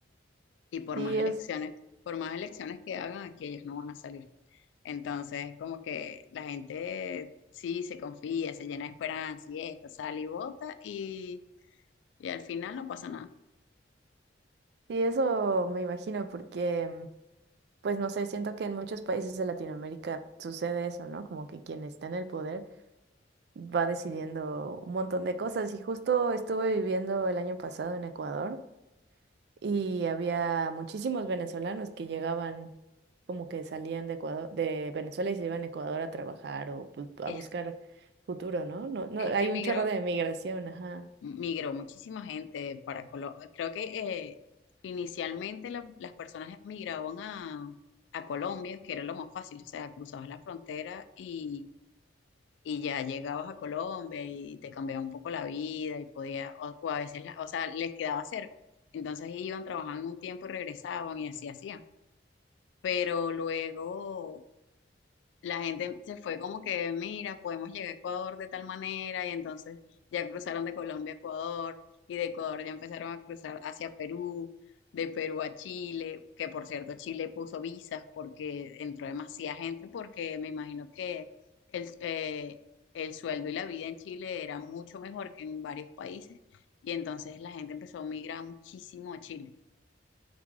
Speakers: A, on the left; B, on the right.
A: y por
B: Sí,
A: más elecciones,
B: es,
A: por más elecciones que hagan, aquí ellos no van a salir. Entonces, como que la gente sí se confía, se llena de esperanza y esto, sale y vota y, y al final no pasa nada.
B: sí, eso me imagino, porque, mm, pues no sé, siento que en muchos países de Latinoamérica sucede eso, ¿no? Como que quien está en el poder va decidiendo un montón de cosas. Y justo estuve viviendo el año pasado en Ecuador. Y había muchísimos venezolanos que llegaban, como que salían de Ecuador, de Venezuela y se iban a Ecuador a trabajar o pu- a
A: Es,
B: buscar futuro, ¿no? No, no,
A: es
B: hay
A: que emigró,
B: un chorro de migración, ajá.
A: migró muchísima gente para Colombia. Creo que eh, inicialmente la- las personas migraban a, a Colombia, que era lo más fácil, o sea, cruzabas la frontera y, y ya llegabas a Colombia y te cambiaba un poco la vida y podía, o, o a veces, la- o sea, les quedaba cerca. Entonces iban, trabajaban un tiempo y regresaban y así hacían. Pero luego la gente se fue como que, mira, podemos llegar a Ecuador de tal manera, y entonces ya cruzaron de Colombia a Ecuador, y de Ecuador ya empezaron a cruzar hacia Perú, de Perú a Chile, que por cierto Chile puso visas porque entró demasiada gente, porque me imagino que el, eh, el sueldo y la vida en Chile era mucho mejor que en varios países, y entonces la gente empezó a migrar muchísimo a Chile.